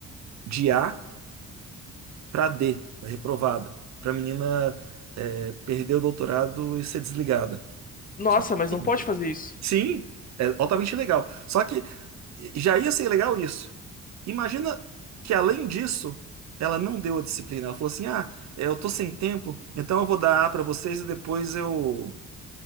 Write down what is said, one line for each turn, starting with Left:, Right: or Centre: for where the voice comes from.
Right: de A para D, pra reprovada, para a menina é, perder o doutorado e ser desligada.
Left: Nossa,
Right: Só que,
Left: mas não
Right: assim,
Left: pode fazer isso.
Right: Sim, é altamente legal. Só que Já ia ser legal isso. Imagina que, além disso, ela não deu a disciplina. Ela falou assim: ah, é, eu tô sem tempo, então eu vou dar A pra vocês e depois eu